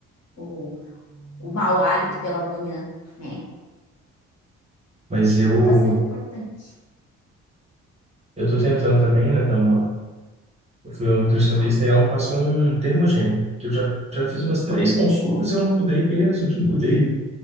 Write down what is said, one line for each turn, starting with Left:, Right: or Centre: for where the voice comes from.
Left: o, o mau hálito pela manhã, né?
Right: Mas eu.
Left: Então tá sendo importante.
Right: Eu tô tentando também, né, dar uma... Eu fui ao nutricionista e ela me passou um termogênico, que eu já, já fiz umas três consultas, e eu não mudei peso, não mudei,